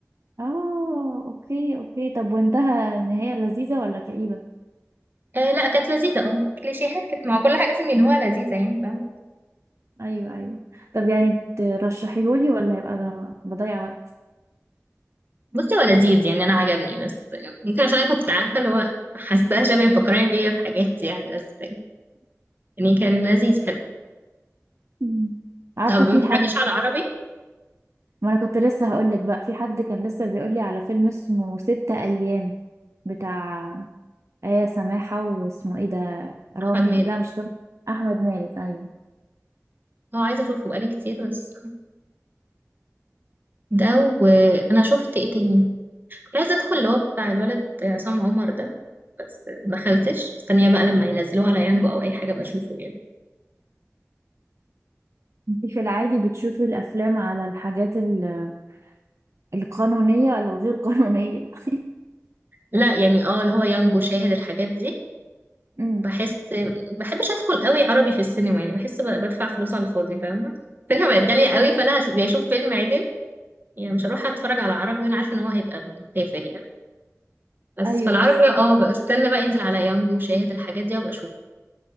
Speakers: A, on the right (about 65°); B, on the right (about 40°).
A: اه اوكي اوكي طب وانتهى النهاية لذيذة ولا كئيبة
B: آه لا كانت لذيذة اه كليشيهات كده ما هو كل حاجة لازم ان هو لذيذة يعني فاهمة
A: ايوه ايوه طب يعني ترشحيهولي ولا هيبقى ده بضيع وقت
B: بصي هو لذيذ يعني انا عجبني بس ممكن عشان انا كنت عارفة اللي هو حاساها شبه مفكراني بيا في حاجات يعني بس يعني كان لذيذ حلو
A: مم. عارفه
B: طب
A: في
B: ما بتتفرجيش
A: حد
B: على عربي
A: ما انا كنت لسه هقولك بقى في حد كان لسه بيقولي على فيلم اسمه ستة ايام بتاع آية سماحة واسمه ايه ده رامي
B: احمد مالك
A: لا مش رامي احمد مالك ايوه
B: اه عايزة اشوفه بقالي كتير بس ده وانا شفت ايه تاني كنت عايزة ادخل اللي هو بتاع الولد عصام عمر ده بس ما دخلتش مستنيه بقى لما ينزلوه على يانجو او اي حاجه بشوفه يعني
A: انتي في العادي بتشوفي الافلام على الحاجات ال- القانونية ولا الغير قانونية <laughs>
B: لا يعني اه اللي هو يانجو شاهد الحاجات دي
A: امم
B: بحس بحبش ادخل قوي عربي في السينما يعني بحس ب- بدفع فلوس على الفاضي فاهمه السينما بقت غاليه قوي فانا هش- يا اشوف فيلم عدل يعني مش هروح اتفرج على عربي وانا عارفه ان هو هيبقى تافه يعني بس
A: ايوه
B: فالعربي
A: بالظبط
B: اه بقى استنى بقى ينزل على يانجو شاهد الحاجات دي وابقى اشوف